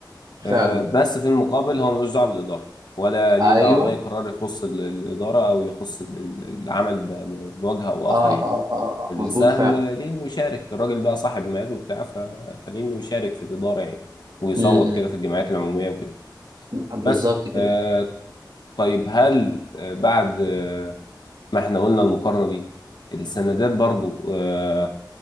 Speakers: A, on the right (about 60°); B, on the left (about 65°).
A: فعلا
B: آه، بس في المقابل هو ملوش دعوه بالاداره ولا ليه
A: ايوه
B: دعوه باي قرار يخص ال- الاداره او يخص ال- ال- العمل ب- ب- بوجه او
A: اه
B: اخر يعني
A: اه اه آه،
B: السهم
A: مظبوط فعلا
B: ليه انه يشارك الراجل بقى صاحب مال وبتاع ف- فليه انه يشارك في الاداره يعني ويصوت
A: م-
B: كده في الجمعيات العموميه وكده
A: م. بالظبط
B: بس
A: كده
B: آه، طيب هل آه، بعد آه، ما احنا قلنا المقارنه دي السندات برضو آه،